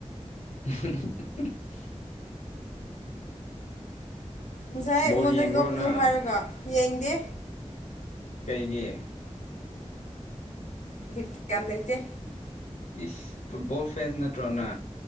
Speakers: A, on the left (about 70°); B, on the left (about 85°).
A: <unintelligible>
B: ꯉꯁꯥꯏ ꯑꯩꯉꯣꯟꯗ
A: ꯕꯣꯜ ꯌꯦꯡꯕ꯭ꯔꯣ
B: ꯅꯣꯛꯀꯅꯨ
A: ꯅꯪ
B: ꯍꯥꯏꯔꯒ ꯌꯦꯡꯗꯦ
A: ꯀꯩꯒꯤ
B: ꯕꯤꯠ ꯀꯌꯥꯝ ꯂꯩꯇꯦ
A: ꯏꯁ ꯐꯨꯠꯕꯣꯜ ꯐꯦꯟ ꯅꯠꯇ꯭ꯔꯣꯅꯥ